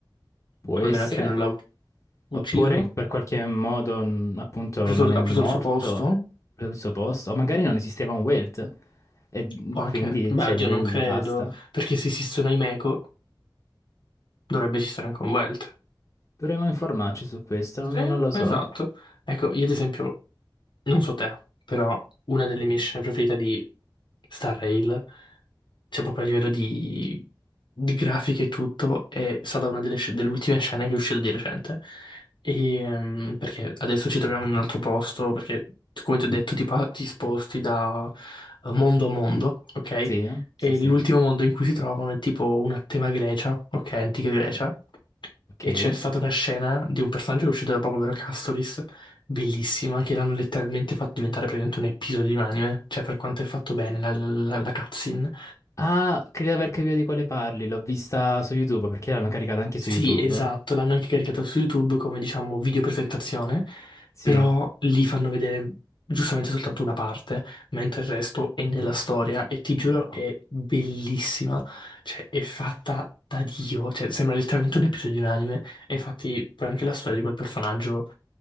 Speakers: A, on the left; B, on the left.
A: Può
B: A
A: essere.
B: meno che non l'ha ucciso,
A: Oppure in- per qualche modo, mh, appunto,
B: ha preso,
A: non è
B: ha
A: morto
B: preso il suo posto,
A: per il suo posto. O magari non esisteva un Welt e mh,
B: può anche...
A: quindi
B: Beh,
A: c'è
B: oddio,
A: lui
B: non credo,
A: e basta.
B: perché se esistono i Meco, dovrebbe esistere anche un wealth.
A: Dovremmo informarci su questo, non,
B: Sì,
A: non lo
B: esatto.
A: so.
B: Ecco, io ad esempio, non so te, però una delle mie scene preferite di Star Rail cioè proprio a livello di, di grafiche e tutto, è stata una delle, sc- delle ultime scene che è uscita di recente. E, ehm, perché adesso ci troviamo in un altro posto, perché come ti ho detto ti, pa- ti sposti da eh, mondo a mondo, ok?
A: Sì, eh? Sì,
B: E
A: sì.
B: l'ultimo mondo in cui si trovano è tipo una tema Grecia, ok? Antica Grecia.
A: Ok.
B: E c'è stata una scena di un personaggio che è uscito da poco, ovvero Castoris, bellissima, che l'hanno letteralmente fatto diventare praticamente un episodio di un anime, cioè per quanto è fatto bene la, la, la la cutscene.
A: Ah, credo di aver capito di quale parli, l'ho vista su YouTube, perché l'hanno caricata anche
B: Sì,
A: su YouTube.
B: esatto, l'hanno anche caricato su YouTube come diciamo video presentazione,
A: Sì,
B: però lì fanno vedere giustamente soltanto una parte, mentre il resto è nella storia e ti giuro è bellissima, cioè è fatta da Dio, cioè sembra letteralmente un episodio di un anime e infatti poi anche la storia di quel personaggio